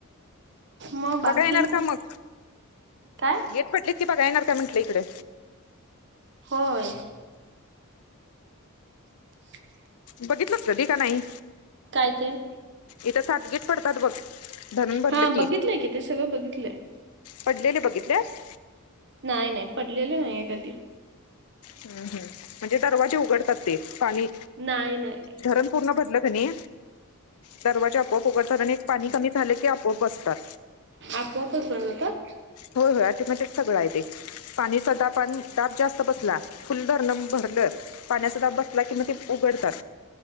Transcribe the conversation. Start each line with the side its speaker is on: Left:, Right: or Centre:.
Right: मग बाकी
Left: बघाय येणार का मग?
Right: काय?
Left: गेट पडली की बघाय येणार का म्हंटलं इकडे?
Right: होय. <unintelligible>
Left: बघितलंस कधी का नाही?
Right: काय ते?
Left: इथं सातगीद पडतात बघ. धरण भरले
Right: हां,
Left: की
Right: बघितलंय कि ते सगळं बघितलंय.
Left: पडलेले बघितलेस.
Right: नाय, नाय पडलेलं नाहीये कधी.
Left: हम, हम म्हणजे दरवाजे उघड ते पाणी
Right: नाही नाही
Left: धरण पूर्ण भरलं कि नई दरवाजे आपोआप उघडतात आणि एक पाणी कमी झाले की आपोआप बसतात.
Right: आपोआपच बनवतात.
Left: होय, होय ऑटोमॅटिक सगळं आहे ते. पाणीचासदापान दाब जास्त बसला फुल धरण भरलं. पाण्याचा दाब बसला की मगं ते उघडतात.